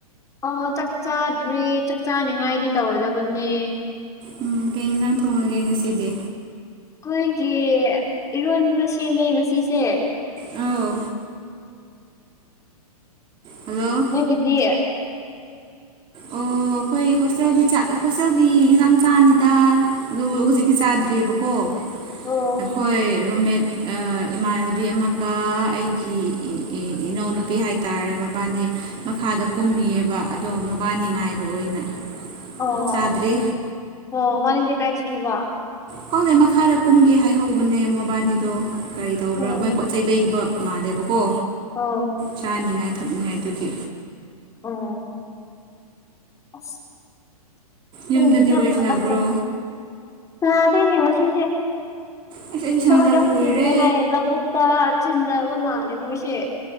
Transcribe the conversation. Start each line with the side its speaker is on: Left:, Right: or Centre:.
Left: ꯑꯣ ꯆꯥꯛ ꯆꯥꯗ꯭ꯔꯤ ꯆꯥꯛ ꯆꯥꯅꯤꯉꯥꯏꯗꯤ ꯇꯧꯔꯗꯕꯅꯦ
Right: ꯎꯝ ꯀꯩ ꯌꯦꯟꯖꯥꯡ ꯊꯣꯡꯉꯒꯦ ꯉꯁꯤꯗꯤ
Left: ꯑꯩꯈꯣꯏꯒꯤ ꯏꯔꯣꯟꯕ ꯁꯦꯝꯃꯦ ꯉꯁꯤꯁꯦ
Right: ꯑꯣ ꯍꯜꯂꯣ
Left: ꯅꯣꯏꯒꯤꯗꯤ
Right: ꯑꯣ ꯑꯩꯈꯣꯏ ꯍꯣꯁꯇꯦꯜꯒꯤ ꯆꯥꯛ ꯍꯣꯁꯇꯦꯜꯒꯤ ꯌꯦꯟꯁꯥꯡ ꯆꯥꯡꯅꯤꯗ ꯑꯗꯨꯕꯨ ꯍꯧꯖꯤꯛꯇꯤ ꯆꯥꯗ꯭ꯦꯕꯀꯣ
Left: ꯑꯣ
Right: ꯑꯩꯈꯣꯏ ꯔꯨꯝꯃꯦꯠ ꯏꯃꯥꯟꯅꯕꯤ ꯑꯃꯒ ꯑꯩꯒꯤ ꯏꯅꯥꯎꯅꯨꯄꯤ ꯍꯥꯏ ꯍꯥꯏꯇꯥꯔꯦ ꯃꯕꯥꯅꯤ ꯃꯈꯥꯗ ꯀꯨꯝꯃꯤꯌꯦꯕ ꯑꯗꯣ ꯃꯕꯥꯅꯤ ꯉꯥꯏꯕ ꯑꯣꯏꯅ
Left: ꯑꯣ ꯑꯣ
Right: ꯆꯥꯗ꯭ꯔꯤ
Left: ꯑꯣ ꯑꯣ ꯋꯥꯅꯤꯗꯤ ꯀꯥꯏꯖꯈꯤꯕ
Right: ꯍꯅꯦꯩ ꯃꯈꯥꯗ ꯀꯨꯝꯒꯦ ꯍꯥꯏꯍꯧꯕꯅꯦ ꯃꯣꯕꯥꯅꯤꯗꯣ ꯀꯔꯤ ꯇꯧꯕ꯭ꯔꯥ
Left: ꯎꯝ
Right: ꯃꯣꯏ ꯄꯣꯠ ꯆꯩ ꯂꯩꯔꯤꯕ ꯃꯥꯥꯂꯦꯕ ꯀꯣ
Left: <unintelligible>
Right: ꯆꯥꯅꯤꯡꯉꯥꯏ ꯊꯛꯅꯤꯡꯉꯥꯏꯗꯨꯒꯤ
Left: ꯑꯣ ꯑꯁ <unintelligible>
Right: ꯌꯨꯝꯗꯗꯤ ꯋꯥꯔꯤ ꯁꯥꯟꯅꯕ꯭ꯔꯣ
Left: ꯅꯥꯗꯦꯅꯦ ꯉꯁꯦ
Right: ꯑꯁ ꯑꯩꯁꯨ ꯁꯥꯟꯅꯗꯕ
Left: ꯊꯕꯛ ꯌꯥꯝ
Right: ꯀꯨꯏꯔꯦ
Left: ꯆꯤꯟꯗꯦ ꯍꯥꯏꯌꯦ ꯂꯧꯕꯨꯛ ꯇꯥ ꯆꯤꯜꯂꯛꯑꯕ ꯃꯥꯜꯂꯦ ꯃꯣꯏꯁꯦ